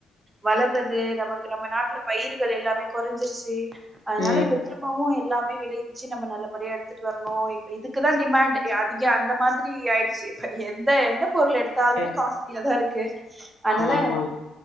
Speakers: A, on the right; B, on the left.
A: வளர்றது நமக்கு நம்ம நாட்ல பயிர்கள் எல்லாமே குறைஞ்சிருச்சு அதனால
B: ம்.
A: இப்ப திரும்பவு எல்லாமே விளைவி ச்சி நம்ம நல்லபடியா எடுத்துட்டு வரணு இப்ப இதுக்குதா டிமாண்டு அதிக அந்த மாதிரி ஆயிடுச்சு இப்ப எந்த எந்த பொருள் எடுத்தாலுமே
B: ஓகே.
A: காஸ்ட்லியா தா இருக்கு அனால
B: ஆமாமா.